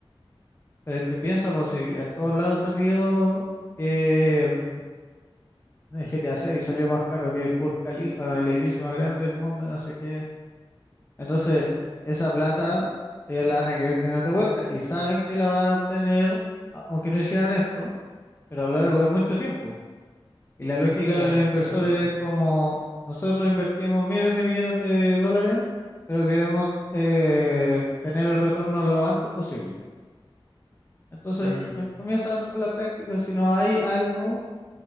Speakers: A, on the left; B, on the right.
A: Pero es que piensa, pues si en todos lados salió que mm, el GTA 6 salió más caro que el Burj Khalifa, el edificio más grande del mundo, no sé qué. Entonces, esa plata ellos la van a querer tener de vuelta y saben que la van a obtener, a- aunque no hicieran esto, pero a lo largo de mucho tiempo. Y la lógica
B: Claro,
A: de los inversores
B: o sea,
A: es como nosotros invertimos miles de millones de dólares, pero queremos eh, tener el retorno lo antes posible. Entonces,
B: mm,
A: em- comienzan con la práctica. Si no hay algo